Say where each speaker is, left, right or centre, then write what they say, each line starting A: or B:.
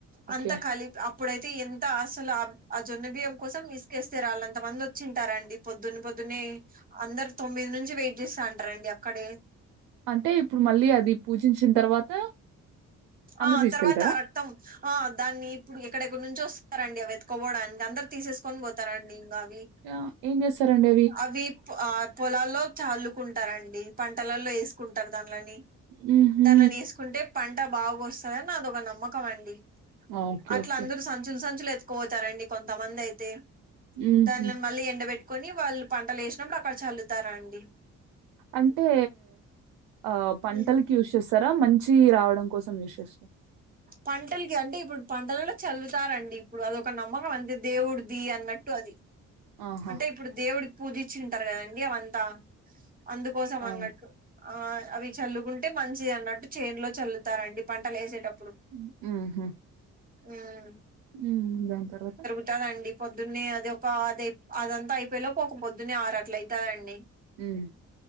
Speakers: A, on the right; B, on the right.
A: ఓకే.
B: అంత ఖలీ అప్పుడైతే ఎంత అసలు ఆ ఆ జొన్న బియ్యం కోసం ఇసుకేస్తే రాళనంత మంది వచ్చింటారండి పొద్దున్న పొద్దున్న అందరు తొమ్మిది నుంచి వెయిట్ చేస్తే అంటారండి అక్కడే
A: అంటే ఇప్పుడు మళ్ళీ అది పూజించిన తర్వాత అందరూ
B: ఆ
A: తీసుకెళ్తారా?
B: తర్వాత అ రక్ మొత్తం ఆ దాన్ని ఇప్పుడు ఎక్కడెక్కడ నుంచి వస్తారండి అవి ఎతకవడానికి అందరు తీసేసుకొని పోతారండి ఇంకా అవి
A: ఆహ్, ఏం చేస్తారండి
B: అవి ఆ పొలాల్లో చల్లుకుంటారండి పంటలల్లో వేసుకుంటారు దానలని
A: హుహు.
B: దాంట్ల ఏసుకుంటే పంట బాగా వస్తుందని అదొక నమ్మకం అండి
A: ఓకే.
B: అట్లా
A: ఓకే.
B: అందరు సంచులు సంచులు ఎత్తుకుపోతారండి కొంతమందయితే
A: హుహు.
B: దాన్లని మళ్ళీ ఎండ బెట్టుకొని వాళ్ళు పంటలు వేసినప్పుడు అక్కడ చల్లుతారండి
A: అంటే ఆ పంటల్
B: ఉమ్.
A: యూజ్ చేస్తారా మంచి రావడం కోసం యూజ్ చేస్తారా
B: పంటలకి అంటే ఇప్పుడు పంటలలో చల్లుతారండి ఇప్పుడు అదొక నమ్మకం అంతే దేవుడిది అన్నట్టు అది
A: ఆహా!
B: అంటే ఇప్పుడు దేవుడికి పూజచ్చింటారు కదండి అవంతా అందుకోసం
A: ఆ!
B: అన్నట్టు ఆ అవి చల్లుకుంటే మంచిది అన్నట్టు చేన్ లో చల్లుతారండి పంట లేేసేటప్పుడు
A: మ్మ్ మ్మ్ హు
B: మ్మ్
A: మ్మ్ దాని తర్వాత
B: అంటదండి పొద్దున్నే అది ఒక అది అదంతా అయిపోయేలోపు ఒక పొద్దున్నే ఆరట్ల అయితాదండి
A: మ్మ్